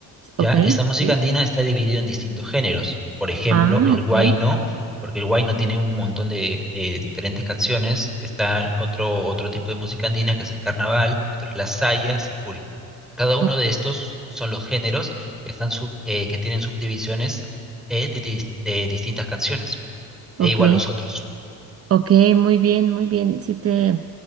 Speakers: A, on the right; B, in the centre.
A: ok,
B: Ya, esta música
A: sí.
B: andina está dividida en distintos géneros. Por ejemplo,
A: Ah,
B: el
A: ok.
B: huayno, porque el huayno tiene un montón de eh, diferentes canciones. Está otro, otro tipo de música andina que es el carnaval, otro es la saya, sicuri. Cada uno
A: o-
B: de estos son los géneros que, están sub- eh, que tienen subdivisiones eh, de, dis- de distintas canciones,
A: Ok,
B: e igual los otros.
A: ok, muy bien, muy bien. Sí te,